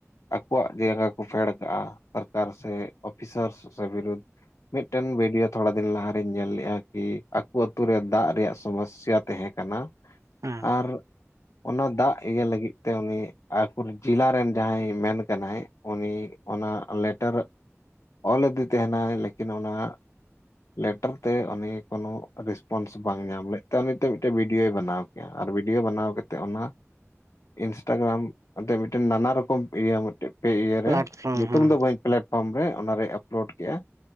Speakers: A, on the left; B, on the right.
A: ᱟᱠᱚᱣᱟᱜ ᱡᱟᱸᱜᱟ ᱠᱚ ᱯᱷᱮᱰ ᱠᱟᱜᱼᱟ ᱥᱚᱨᱠᱟᱨ ᱥᱮ ᱚᱯᱷᱤᱥᱟᱨ ᱥᱮ ᱵᱤᱨᱩᱫ ᱢᱤᱫ ᱴᱮᱝ ᱵᱷᱤᱰᱭᱳ ᱛᱷᱚᱲᱟ ᱫᱤᱱ ᱞᱟᱦᱟᱨᱮᱤᱧ ᱧᱮᱞ ᱞᱮᱜᱼᱟ ᱠᱤ ᱟᱠᱚ ᱟᱛᱳᱮ ᱫᱟᱜ ᱨᱮᱭᱟᱜ ᱥᱚᱢᱚᱥᱟ ᱛᱟᱦᱮᱸ ᱠᱟᱱᱟ᱾
B: ᱦᱮᱸ
A: ᱟᱨ ᱚᱱᱟ ᱫᱟᱜ ᱤᱭᱟᱹ ᱞᱟᱹᱜᱤᱫ ᱛᱮ ᱩᱱᱤ ᱟᱠ ᱡᱮᱞᱟ ᱨᱮᱱ ᱡᱟᱦᱟᱸᱭᱼᱼ ᱢᱮᱱ ᱠᱟᱱᱟᱭ ᱩᱱᱤ ᱚᱱᱟ ᱞᱮᱴᱟᱨ ᱚᱞ ᱟᱫᱮ ᱛᱟᱦᱮᱸᱱᱟᱭ ᱞᱮᱠᱤᱱ ᱚᱱᱟᱼᱼ ᱞᱮᱴᱚᱨ ᱛᱮ ᱩᱱᱤ ᱠᱚᱱᱚ ᱨᱮᱥᱯᱚᱱᱥ ᱵᱟᱝ ᱧᱟᱢ ᱞᱮᱫ ᱛᱮ ᱩᱱᱤ ᱢᱤᱫᱴᱮᱱ ᱵᱤᱰᱭᱳᱭ ᱵᱟᱱᱟᱣ ᱟᱨ ᱵᱤᱰᱭᱳ ᱵᱟᱱᱟᱣ ᱠᱟᱛᱮᱫ ᱚᱱᱟ ᱤᱱᱥᱴᱟᱜᱨᱟᱢ ᱟᱛᱮ ᱢᱤᱫᱴᱮᱱ ᱱᱟᱱᱟ ᱨᱚᱠᱚᱢᱼᱼ ᱤᱭᱟᱹ ᱢᱤᱫᱴᱮᱡ ᱯᱮ ᱤᱭᱟᱹ
B: ᱯᱞᱟᱴᱯᱷᱨᱚᱢ
A: ᱨᱮ ᱧᱩᱛᱩᱢ
B: ᱦᱮᱸ
A: ᱫᱚ ᱵᱟᱹᱧ ᱯᱮᱞᱮᱴᱼᱼ ᱯᱷᱳᱨᱢ ᱨᱮ ᱚᱱᱟᱨᱮᱭ ᱟᱯᱞᱳᱰ ᱠᱮᱜᱼᱟᱭ